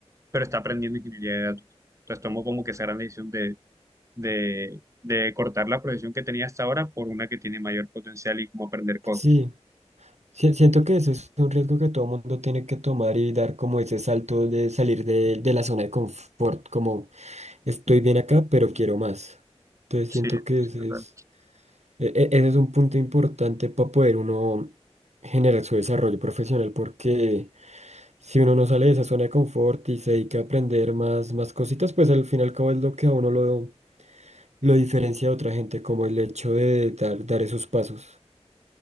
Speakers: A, on the right; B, on the right.
A: pero está aprendiendo ingeniería de datos. Entonces tomó como que esa gran decisión de, de, de cortar la profesión que tenía hasta ahora por una que tiene mayor potencial y como aprender cosas.
B: Sí, sí, siento que ese es un riesgo que todo mundo tiene que tomar y dar como ese salto de salir de, de la zona de confort, como estoy bien acá, pero quiero más. Entonces
A: Sí,
B: siento que
A: sí,
B: ese
A: total.
B: es, e- e- ese es un punto importante para poder uno generar su desarrollo profesional porque si uno no sale de esa zona de confort y se dedica a aprender más, más cositas, pues al final y al cabo es lo que a uno lo, lo diferencia de otra gente, como el hecho de dar, dar esos pasos.